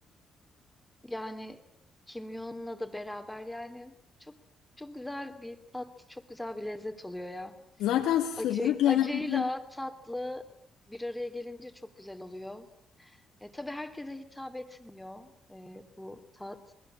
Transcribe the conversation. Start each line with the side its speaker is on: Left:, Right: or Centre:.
Centre: Yani kimyonla da beraber yani çok çok güzel bir tat, çok güzel bir lezzet oluyor ya.
Left: Zaten sırrı
Centre: Acı,
Left: genelde
Centre: acıyla tatlı bir araya gelince çok güzel oluyor. E, tabii herkese hitap etmiyor e, bu tat.